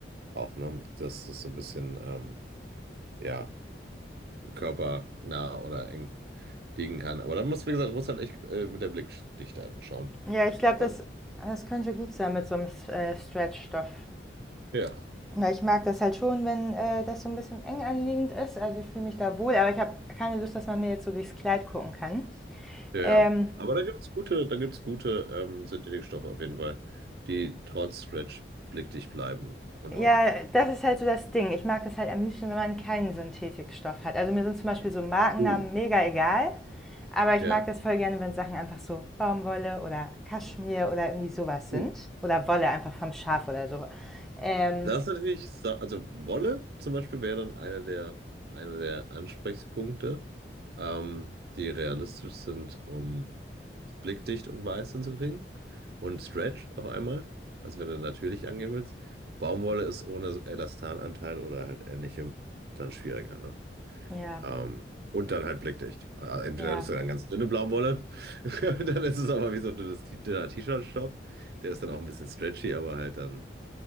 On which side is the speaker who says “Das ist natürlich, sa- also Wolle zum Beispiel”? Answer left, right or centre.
Right